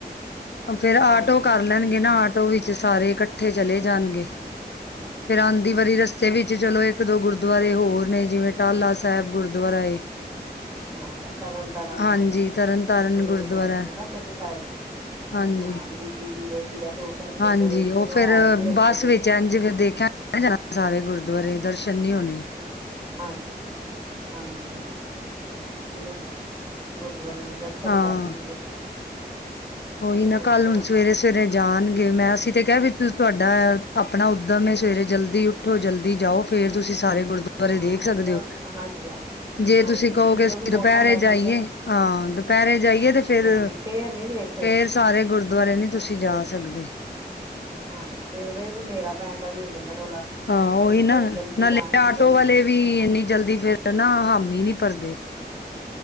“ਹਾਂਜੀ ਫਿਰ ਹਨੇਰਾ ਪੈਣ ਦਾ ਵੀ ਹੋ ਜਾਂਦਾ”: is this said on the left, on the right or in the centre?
Right